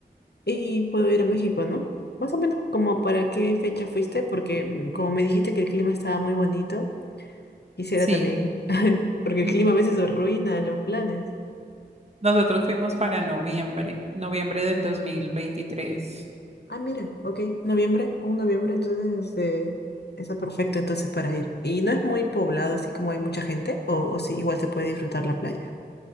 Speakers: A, on the left; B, on the right.
A: y puedo ir a México, ¿no? Más o menos, como para qué fecha fuiste, porque mm, como me dijiste que el clima estaba muy bonito, quisiera
B: Sí.
A: también, <laughs> porque
B: mm,
A: el clima a veces arruina los planes.
B: Nosotros fuimos para noviembre, noviembre del 2023.
A: Ah, mira, ok, noviembre, un noviembre, entonces este, está perfecto entonces para ir. Y no es muy poblado, así como hay mucha gente, o, o sí, igual se puede disfrutar la playa.